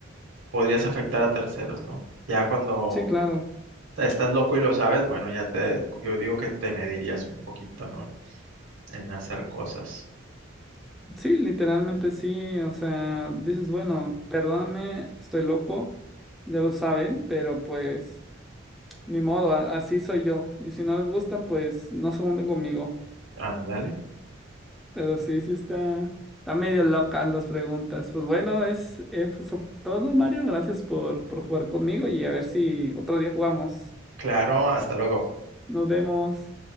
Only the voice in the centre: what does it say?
sí, claro.
Sí, literalmente sí, o sea, dices, bueno, perdóname, estoy loco, ya lo saben, pero pues ni modo, a- así soy yo. Y si no les gusta, pues no se junten conmigo.
Pero sí, sí está, está medio locas las preguntas. Pues bueno, es, eh, pues, sobre todo, Mario, gracias por, por jugar conmigo y a ver si otro día jugamos.
Nos vemos.